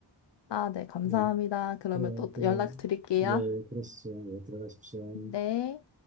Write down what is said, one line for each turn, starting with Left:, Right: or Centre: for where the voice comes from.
Left: 아, 네, 감사합니다.
Right: 예,
Left: 그러면
Right: 그래요.
Left: 또
Right: 또,
Left: 연락 드릴게요.
Right: 예, 그러시죠. 예, 들어가십시오.
Left: 네.